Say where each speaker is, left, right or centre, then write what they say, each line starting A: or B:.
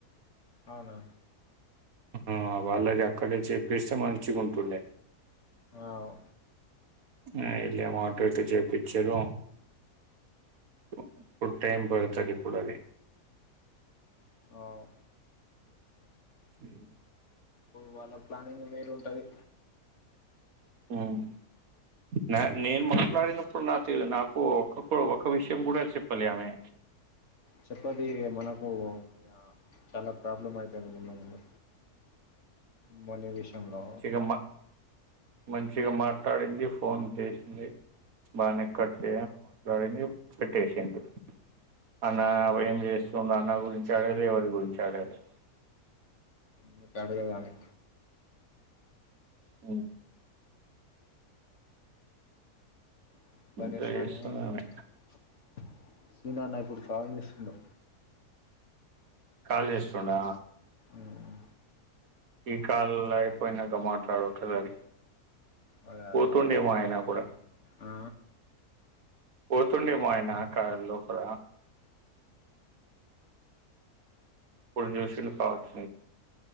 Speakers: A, on the left; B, on the right.
A: అవునా
B: ఆ వాళ్ళది అక్కడే చేపిస్తే మంచి ఉంటుండే
A: అవ్
B: ఆ ఈల్లేమో అటు ఇటు చేపిచిరు ప ఇప్పుడు టైమ్ పడతాది అది
A: అవ్
B: అ
A: వాళ్ళ ప్లానింగ్ లు వేరు ఉంటది
B: మ్ న నేను మాట్లాడినప్పుడు నాతో ఎ నాకు ఒక ఒక విషయం కూడా చెప్పలే ఆమె
A: చెప్పండి మనకు అ చాలా ప్రాబ్లం అయితది ముందు ముందు మనే విషయంలో
B: మంచిగా మా మంచిగా మాట్లాడింది ఫోన్ చేసింది బానే గట్టిగా మాట్లాడింది పెట్టేసింది అన్న ఏం చేస్తుండ అన్న గురించి అడిగి ఎవరి గురించి అడగలే
A: నికడుగదమని
B: హుమ్
A: <inaudible>
B: ఇంత చేస్తుంది ఆమె
A: సీనా నాయకుడు కాల్ చేస్తుండు
B: కాల్ చేస్తోండా
A: ఉమ్,
B: ఈ కాళ్ అయిపోయినాక మాట్లాడు ఒకసరి
A: అదే
B: పోతుండేమో
A: అదే
B: ఆయన కూడా
A: ఆ
B: పోతుండేమో ఆయన కారు లోపల ప్పుడు చూషలు కావచ్చ